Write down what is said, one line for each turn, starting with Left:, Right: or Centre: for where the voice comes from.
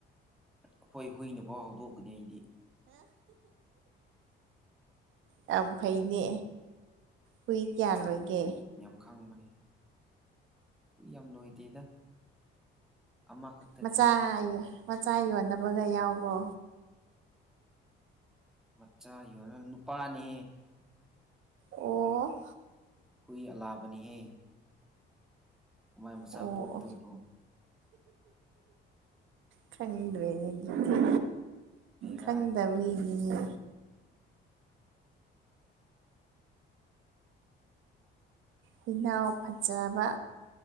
Centre: ꯑꯩꯈꯣꯏ ꯍꯨꯏꯅꯐꯥꯎ ꯍꯧꯗꯣꯛꯀꯅꯤ ꯑꯩꯗꯤ
Right: ꯌꯥꯝꯐꯩꯅꯦ ꯍꯨꯏ ꯀꯌꯥ ꯂꯣꯏꯒꯦ
Centre: ꯈꯪꯕꯅꯤ ꯍꯨꯏ ꯌꯥꯝ ꯂꯣꯏꯗꯦꯗ ꯑꯃꯈꯛꯇꯅꯤꯗ
Right: ꯃꯆꯥ ꯌꯦ ꯃꯆꯥ ꯌꯣꯟꯅꯕꯒ ꯌꯥꯎꯕ꯭ꯔꯣ
Centre: ꯃꯆꯥ ꯌꯣꯟꯅꯕ ꯅꯨꯄꯥꯅꯦ
Right: ꯑꯣ
Centre: ꯍꯨꯏ ꯑꯂꯥꯕꯅꯤꯍꯦ ꯀꯃꯥꯏ ꯃꯆꯥ
Right: ꯑꯣ
Centre: ꯄꯣꯛꯇꯣꯏꯅꯣ
Right: ꯑꯣ ꯈꯪꯗ꯭ꯔꯦꯅꯦ ꯗꯨꯗꯤ
Centre: ꯕꯦꯔꯥꯅꯤ
Right: ꯈꯪꯗꯕꯩ
Centre: ꯕꯦꯔꯥ
Right: ꯅꯤꯅꯦ ꯍꯨꯏꯅꯥꯎ ꯐꯖꯕ